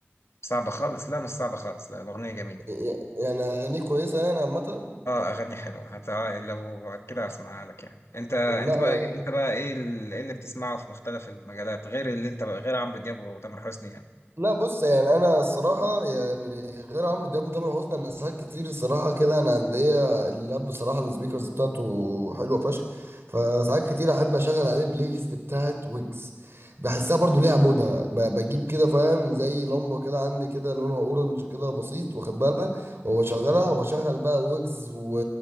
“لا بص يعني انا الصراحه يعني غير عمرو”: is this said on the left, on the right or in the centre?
Right